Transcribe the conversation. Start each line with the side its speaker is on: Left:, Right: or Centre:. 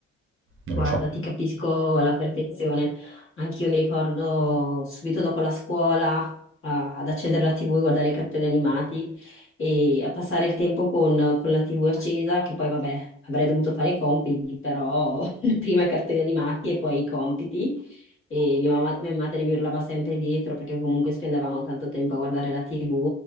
Right: Non
Left: Guarda,
Right: lo so.
Left: ti capisco alla perfezione. Anch'io mi ricordo subito dopo la scuola a- ad accendere la TV, guardare i cartoni animati e a passare il tempo con, con la TV accesa, che poi vabbè, avrei dovuto fare i compiti, però <laughs> prima i cartoni animati e poi i compiti. E mia mamma- mia madre mi urlava sempre dietro perché comunque spendevamo tanto tempo a guardare la TV